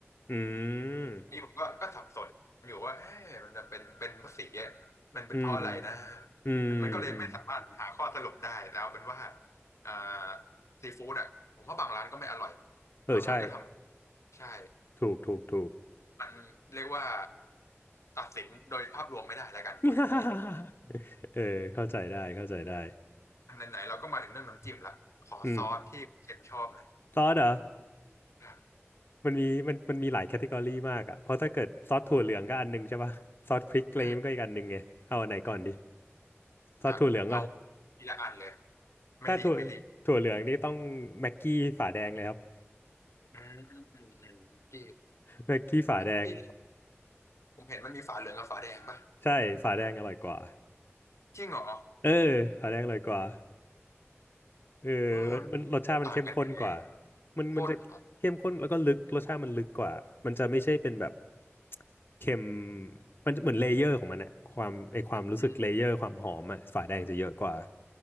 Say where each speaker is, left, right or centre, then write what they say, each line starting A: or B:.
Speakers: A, on the left (about 45°); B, on the left (about 85°).
A: อืม
B: นี่ผมก็ก็สับสนอยู่ว่าเอ๊ะมันจะเป็นเป็นเพราะสีอะมันเป็นเพราะอะไรนะ
A: อืมอืมอืม
B: มันมันก็เลยไม่สามารถหาข้อสรุปได้แล้วเป็นว่าอ่าซีฟู้ดอ่ะผมว่าบางร้านก็ไม่อร่อย
A: เออใช่
B: บางร้านก็ทำใช่
A: ถูกถูกถูก
B: มันเรียกว่าตัดสินโดยภาพรวมไม่ได้แล้วกันพูดอย่างนี้
A: <laughs> เออเข้าใจได้เข้าใจได้
B: อันไหนๆเราก็มาถึงเรื่องน้ำจิ้มละขอซอสที่เชนชอบหน่อย
A: อืมซอสเหรอ
B: ครับ
A: มันมีมันมันมีหลายแคตตากรีมากอ่ะเพราะถ้าเกิดซอสถั่วเหลืองก็อันหนึงใช่ป่ะซอสพริกอะไรอย่างงี้มันก็อีกอันหนึงไงเอาอันไหนก่อนดี
B: อืม
A: ซอสถั่วเหลืองป่ะ
B: อ่ะเอาทีละอันเลยไม่รีบไม่รีบ
A: ถ้าถั่วถั่วเหลืองนี่ต้องแม็กกี้ฝาแดงเลยครับ
B: อืมอืมอืมเมื่อกี้
A: <laughs> แม็กกี้ฝาแดง
B: เมื่อกี้ ผมเห็นมันมีฝาเหลืองกับฝาแดงปะ
A: ใช่ฝาแดงอร่อยกว่า
B: จริงเหรอ
A: เออฝาแดงอร่อยกว่า เออ
B: อ๋อมัน
A: มันรสชาติมันเข้มข้นกว่า
B: ต่างกันยังไง
A: มันมันจะเข้มข้นแล้วก็ลึกรสชาติมันลึกกว่า
B: ข้นอ๋อ
A: มันจะไม่ใช่เป็นแบบเค็มมันจะเหมือนเลเยอร์ของมันอะความไอความรู้สึกเลเยอร์ความหอมอะฝาแดงจะเยอะกว่า
B: อืม